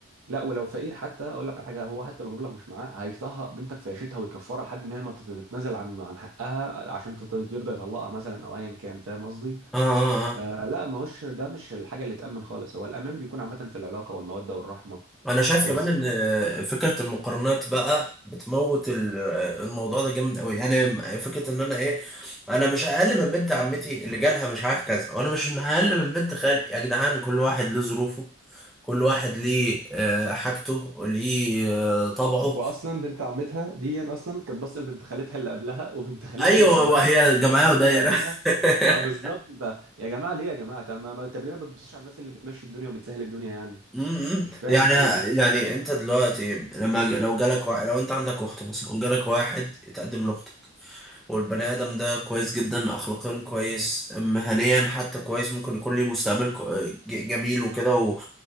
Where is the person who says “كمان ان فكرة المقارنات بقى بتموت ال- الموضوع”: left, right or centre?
Centre